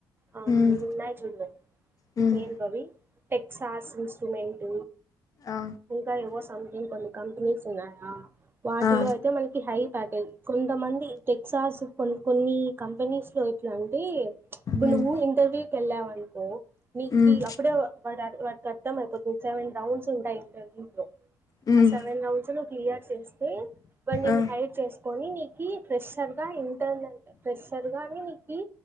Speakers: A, on the right; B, on the left.
A: ఆ
B: మ్మ్
A: ఇ ఉన్నాయ్ చూడ్వే
B: మ్మ్
A: ఏం అవి టెక్సాస్ ఇన్స్ట్రుమెంట్
B: ఆ
A: ఇంకా ఎవవో సంథింగ్ కొన్ని కంపెనీస్ ఉన్నాయా వాటిలో
B: ఆ
A: అయితే మనకి హై ప్యాకేజ్ కొంతమంది టెక్సాస్ కొ కొన్ని కంపెనీస్ లో ఎట్లాంటే ఇప్పుడు
B: మ్మ్
A: నువ్వు ఇంటర్వ్యూ కి వెళ్ళావనుకో నీకు
B: మ్మ్
A: అప్పుడే వా వాటికి అర్థంమయిపోతు నను సెవెన్ రౌండ్స్ ఉంటాయి ఇంటర్వ్యూ లో
B: మ్మ్
A: ఆ సెవెన్ రౌండ్స్ ను్ క్లియర్ చేస్తే వా
B: ఆ
A: హైర్ చేసుకొని నీ ఫ్రెషర్ గా ఇంటార్న్ ఫ్రెషర్ గాని నీకి